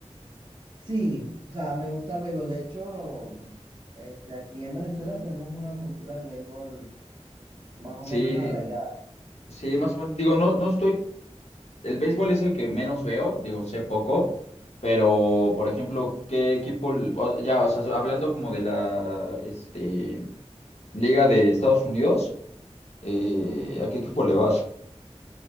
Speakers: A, on the right (about 40°); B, on the left (about 65°).
A: Sí, o sea, me gusta el béisbol. De hecho, este, aquí en Venezuela tenemos una cultura del béisbol más o
B: Sí,
A: menos arraigada.
B: sí, más o menos. Digo, no, no estoy, el béisbol es el que menos veo, digo, sé poco, pero, por ejemplo, ¿qué equipo, l- o- ya, o sea, hablando como de la, este, Liga de Estados Unidos, eh, ¿a qué equipo le vas?